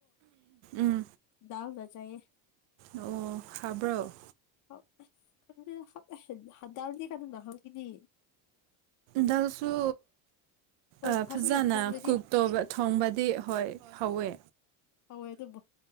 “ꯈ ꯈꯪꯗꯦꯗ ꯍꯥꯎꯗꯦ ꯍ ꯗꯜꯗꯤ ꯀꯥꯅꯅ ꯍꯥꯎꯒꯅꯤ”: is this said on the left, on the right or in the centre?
Left